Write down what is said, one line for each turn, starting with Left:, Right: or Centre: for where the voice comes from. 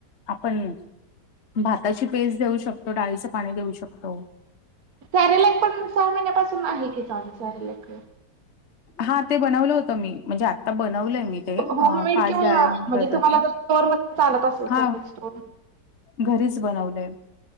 Left: आपण भाताची पेस्ट देऊ शकतो डाळीचं पाणी देऊ शकतो.
Right: सॅरलेक पण सहा महिन्यापासून आहे की चाल सॅरेलक.
Left: हा ते बनवलं होतं मी म्हणजे आत्ता बनवलंय मी. ते
Right: होममेड
Left: अ पाचजळ
Right: किंवा म्हणजे
Left: वगैरे
Right: तुम्हाला जर स्टोअर मध्ये चालत असेल
Left: हा.
Right: तर स्टोअर
Left: घरीच बनवलंय.